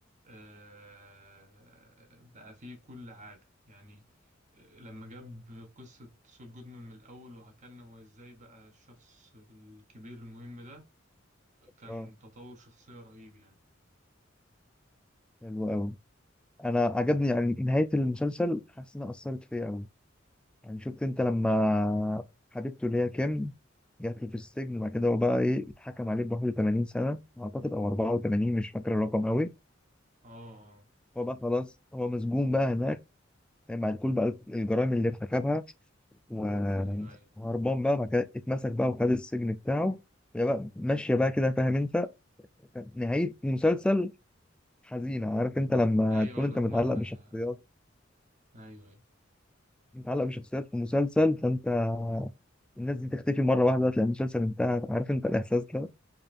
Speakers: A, on the right; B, in the centre.
A: آه، بقى فيه كل حاجة يعني آه، لما جاب قصة سول جودمان من الأول وحكالنا هو إزاي بقى الشخص الكبير المهم ده كان
B: اه
A: تطور شخصية رهيب يعني
B: حلو قوي انا عجبني يعني نهايه المسلسل حاسس انها اثرت فيا قوي يعني شفت انت لما حبيبته اللي هي كيم جات له في السجن وبعد كده هو بقى ايه اتحكم عليه ب 81 سنه اعتقد او 84 مش فاكر الرقم قوي
A: اه
B: هو بقى خلاص هو مسجون بقى هناك يعني بعد كل بقى الجرائم اللي ارتكبها و-
A: ايوه ايوه
B: وهربان بقى وبعد كده اتمسك بقى وخد السجن بتاعه وهي بقى ماشية بقى كده فاهم انت نهاية مسلسل حزينة عارف انت لما
A: ايوه
B: تكون انت
A: لما
B: متعلق
A: آه،
B: بشخصيات
A: ايوه ايوه
B: متعلق بشخصيات في مسلسل فانت الناس دي تختفي مرة واحدة تلاقي المسلسل انتهى عارف انت الإحساس ده